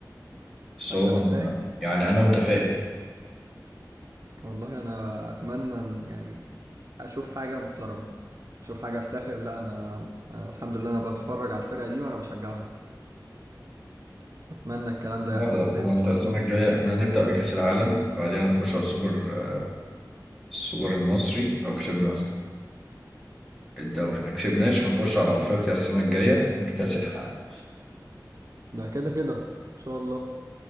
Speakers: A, in the centre; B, on the right.
A: بس
B: فأنت
A: هو أنا-
B: محتاج
A: يعني انا متفائل
B: والله أنا أتمنى إن يعني أشوف حاجة محترمة أشوف حاجة أفتخر لا أنا, أنا الحمد لله أنا بتفرج على الفرقة دي وأنا بشجعها أتمنى الكلام ده
A: لا
B: يحصل
A: لا
B: قدامي
A: هو
B: إن
A: انت
B: شاء
A: السنه
B: الله
A: الجايه احنا هنبدا بكاس العالم بعدين هنخش على السوبر آه، السوبر المصري لو كسبنا الدوري ما كسبناش هنخش على افريقيا السنه الجايه نكتسحها
B: ده كده كده إن شاء الله